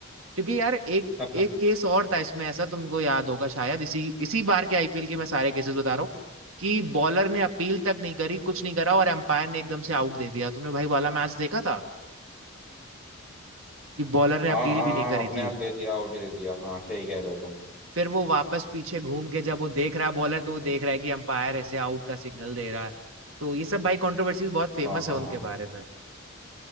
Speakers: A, on the right; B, in the centre.
A: क्योंकि यार एक
B: <laughs>
A: एक केस और था इसमें ऐसा तुमको याद होगा शायद इसी इसी बार के आईपीएल के मैं सारे केसेस बता रहा हूँ कि बॉलर ने अपील तक नहीं करी कुछ नहीं करा और एम्पायर ने एकदम से आउट दे दिया तुमने भाई वाला मैच देखा था कि बॉलर ने
B: हाँ
A: अपील
B: हाँ
A: भी
B: हाँ
A: नहीं करी
B: अपने
A: थी
B: आप दे दिया आउट दे दिया हाँ सही कह रहे हो तुम
A: फिर वो वापस पीछे घूम के जब वो देख रहा है बॉलर तो वो देख रहा है कि एम्पायर ऐसे आउट का सिग्नल दे रहा है तो ये सब भाई कंट्रोवर्सीज बहुत फेमस
B: हाँ हाँ
A: है उनके
B: हाँ
A: बारे में